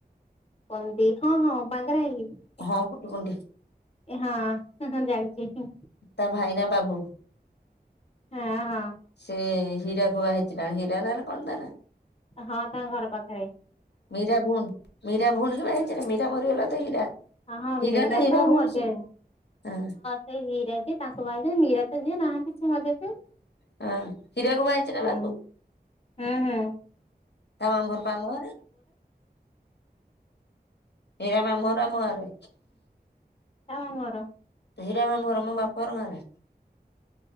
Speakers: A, on the left (about 35°); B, on the left (about 85°).
A: କହନ୍ତି, ହଁ ହଁ ବାଙ୍ଗରା ହେଇି କି।
B: ହଁ ପୁଟୁ କୁଣ୍ଡି।
A: ଏ ହଁଁ ହଁ ହଁ ଜାଣିଚି।
B: ତା ଭାଇ ନା ବାବୁ।
A: ହଁ ହଁ।
B: ସେ ହୀରାକୁୁ ବାହା ହେଇଥିଲା ହୀରା ନା କଣ ତା ନାଁ?
A: ହଁ ତା ଘର ପାଖେରେ।
B: ମୀରା ଭୋଉଣି ମୀରା ଭୋଉଣିକି ବାହା ହେଇଚି ନା ମୀରା ମରିଗଲା ତ ହୀରା।
A: ହଁ ହଁ
B: ହୀରା
A: ମୀରା
B: ନା ହୀରା
A: ତ
B: ଭୋଉଣୀ
A: ମଜା
B: ସିଏ ହଁ।
A: ସେଇ ହୀରା କିଏ ତାଙ୍କୁ ବାହା ହେଇଚନ୍ତି ମୀରା ଯିଏ
B: ହଁ। ହୀରାକୁ ବାହା ହେଇଛି ନା
A: <unintelligible>
B: ବାବୁ
A: ହଁ ହଁ ହଁ।
B: ତା ମାମୁଁ ଘର ପା ଆମ ଗାଁରେ? ହିରା ମାମୁଁ ଘର ଆମଗାଁରେ।
A: କା ମାମୁଁ ଘର?
B: ହୀରା ମାମୁଁ ଘର ମୋ ବାପଘର ଗାଁରେ।